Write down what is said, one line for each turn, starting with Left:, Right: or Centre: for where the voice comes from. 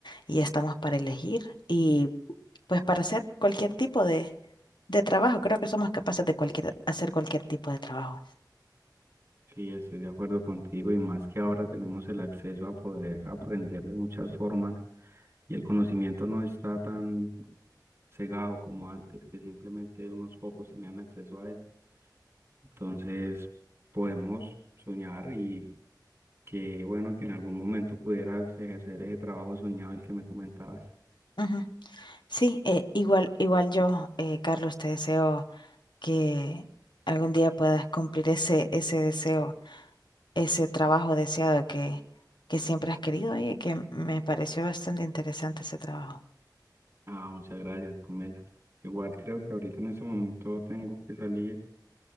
Left: y estamos para elegir y pues para hacer cualquier tipo de, de trabajo. Creo que somos capaces de cualquier, hacer cualquier tipo de trabajo.
Right: Sí, estoy de acuerdo contigo y más que ahora tenemos el acceso a poder aprender de muchas formas y el conocimiento no está tan cegado como antes, que simplemente unos pocos tenían acceso a él. Entonces, podemos soñar y qué bueno que en algún momento pudieras ejercer ese trabajo soñado el que me comentabas.
Left: Ujú. Sí, eh, igual, igual yo, eh, Carlos, te deseo que algún día puedas cumplir ese, ese deseo, ese trabajo deseado que, que siempre has querido y que me pareció bastante interesante ese trabajo.
Right: Ah, muchas gracias, Pamela. Igual creo que ahorita en este momento tengo que salir